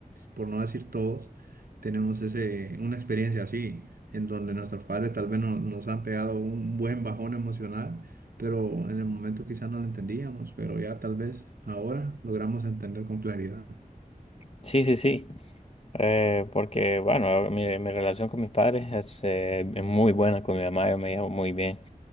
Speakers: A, on the right; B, on the left.
A: por no decir todos, tenemos ese, una experiencia así, en donde nuestros padres tal vez no- nos han pegado un buen bajón emocional, pero en el momento quizás no lo entendíamos, pero ya tal vez ahora logramos entender con claridad.
B: sí, sí, sí. Eh, porque, bueno, mi, mi relación con mis padres es eh, muy buena, con mi mamá yo me llevo muy bien.